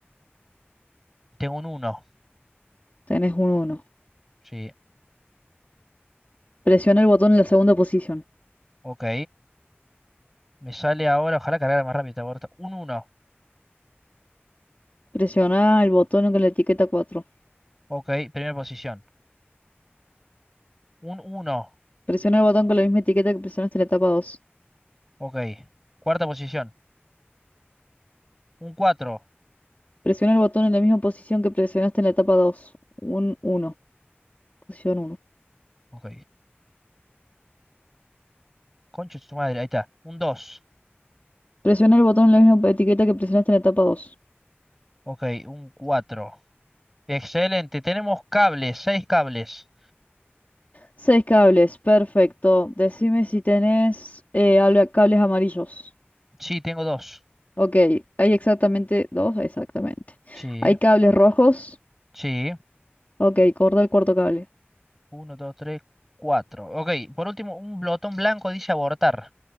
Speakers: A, in the centre; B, on the left (about 45°).
A: Tengo un uno
B: Tenés un uno.
A: Sí,
B: Presiona el botón en la segunda posición.
A: ok. Me sale ahora, ojalá cargara más rápido. esta puerta. Un uno
B: Presiona el botón con la etiqueta 4.
A: Ok, primera posición. Un uno
B: Presiona el botón con la misma etiqueta que presionaste en la etapa dos.
A: Ok. Cuarta posición. Un cuatro
B: Presiona el botón en la misma posición que presionaste en la etapa 2. Un uno. Posición uno.
A: Ok. Concha de su madre, ahí está. Un dos
B: Presiona el botón en la misma etiqueta que presionaste en la etapa dos.
A: Ok, un cuatro Excelente. Tenemos cables, seis cables.
B: Seis cables, perfecto. Decime si tenés eh, habla- cables amarillos.
A: Sí, tengo dos.
B: Ok, hay exactamente dos, exactamente.
A: Sí.
B: Hay cables rojos.
A: Sí,
B: Ok, corta el cuarto cable.
A: uno, dos, tres, cuatro. Ok, por último, un blotón blanco dice abortar.